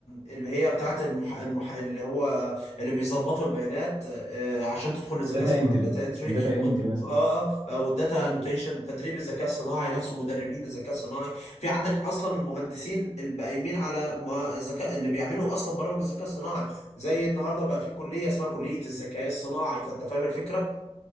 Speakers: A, on the left; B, on the right.
A: اللي هي بتاعت المح... المح... اللي هو اللي بيظبطوا البيانات آه، عشان تدخل للذكاء
B: داتا
A: الصناعي
B: انتري
A: داتا انتري
B: الداتا انتري مثلا
A: اه والداتا انوتيشن تدريب الذكاء الصناعي نفسه مدربين للذكاء الصناعي في عندك اصلا المهندسين اللي قايمين على ما- الذكاء اللي بيعملوا اصلا برامج الذكاء الصناعي زي النهارده بقى في كليه اسمها كليه الذكاء الصناعي فانت فاهم الفكره؟